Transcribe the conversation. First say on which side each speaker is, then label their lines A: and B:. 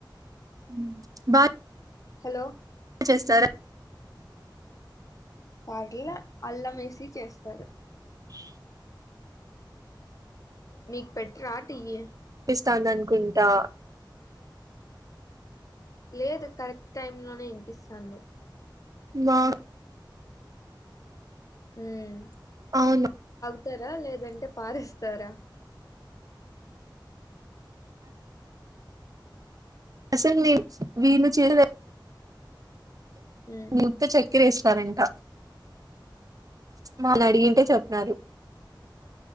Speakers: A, on the right; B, on the left.
A: ఉమ్ బా
B: హలో.
A: చేస్తారా.
B: పర్లే అల్లం వేసి చేస్తారు.
A: <inaudible>
B: మీక్ పెట్ రా టీయి
A: తను అనుకుంటా
B: లేదు కరెక్ట్ టైమ్ లోనే ఇన్పిస్తాంది.
A: మ్మ్ వా
B: మ్మ్
A: అవును.
B: ఇస్తారా లేదంటే పారేస్తారా.
A: అస్సల్ మేం వీళ్లు చిన్నదే
B: ఉమ్
A: ఉత్త చేయ్ తిరిగి ఇస్తారంట వాళ్ళు అడిగితే చెప్పినారు.